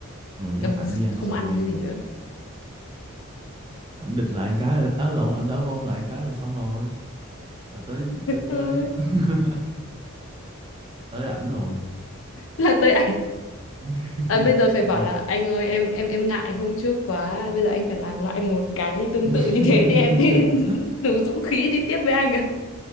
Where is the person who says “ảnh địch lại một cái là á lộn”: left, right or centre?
Right